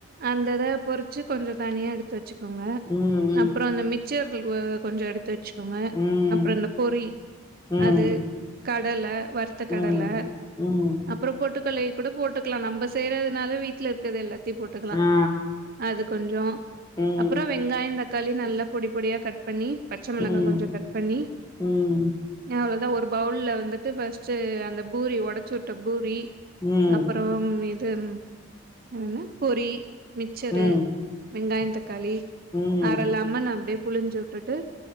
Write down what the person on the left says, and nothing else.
ம்
ம்
ம்
ம் ம்
ஆ
ம்
ம்
ம்
ம்
ம் ம்
ம்